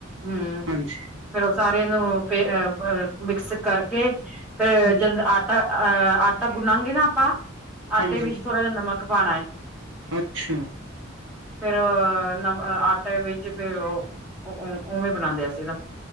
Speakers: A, in the centre; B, on the right (about 65°).
A: ਹਮ।
B: ਹਾਂਜੀ
A: ਫੇਰ ਉਹ ਸਾਰੇ ਨੂੰ ਪੇਅ ਪ ਮਿਕਸਪ ਕਰਕੇ, ਫੇਰ
B: ਹੂੰ
A: ਜਦ ਆਟਾ ਅਹ ਆਟਾ ਗੁੰਨਾਗੇ ਨਾ ਆਪਾਂ, ਆਟੇ
B: ਹਾਂਜੀ
A: ਵਿੱਚ ਥੋੜਾ ਜਿਹਾ ਨਮਕ ਪਾਣਾ ਹੈ।
B: ਅੱਛਾ।
A: ਫੇਰ ਨਮਕ ਆਟੇ ਵਿੱਚ ਫੇਰ ਉਹ ਉਹ ਉਵੇਂ ਬਣਾਦੇ ਆ ਅਂਸੀ ਤਾਂ।